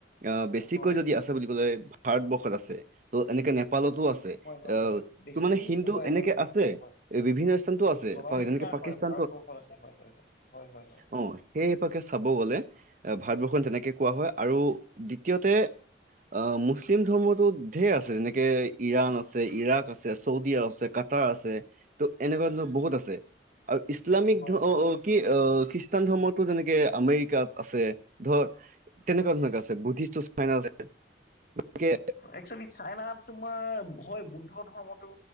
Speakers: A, on the right (about 45°); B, on the left (about 55°).
A: অহ, বেছিকৈ
B: হয়
A: যদি আছে বুলি <unintelligible> ভাৰতবৰ্ষত আছে ত' এনেকে নেপ নেপালতো আছে
B: হয় হয়
A: <unintelligible>
B: হয় বেছি
A: ত' মানে হিন্দু
B: হয়
A: এনেকে
B: হয় হয়
A: আছে
B: হয়
A: বিভিন্ন স্থানতো আছে
B: জনসংখ্যা
A: যেনকে পাকিস্তান
B: হয় ভাৰতবৰ্ষত আছে হয় -হয় -হয় -হয় -হয়- হয়।
A: অ, সেইপাকে চাব গ'লে এ ভাৰতবৰ্ষখন তেনেকে কোৱা হয় আৰু দ্বিতীয়তে অ, মুছলিম ধৰ্মটো ঢেৰ আছে যেনেকে ইৰাণ আছে, ইৰাক আছে, চৌদি আছে ক কাত্ৰা আছে ত' এনেকুৱা ধৰণৰ বহুত আছে আৰু ইছলামিক
B: হয় হয়
A: অ',
B: হয়
A: অ ', কি অ, খ্ৰীষ্টান ধৰ্মটো যেনেকে আমেৰিকাত আছে ধৰ তেনেকুৱা ধৰণকে আছে বুদ্ধিষ্ট চাইনা আছে গতিকে
B: একচুৱেলি চাইনাত তোমাৰ হয় বুদ্ধ ধৰ্মটো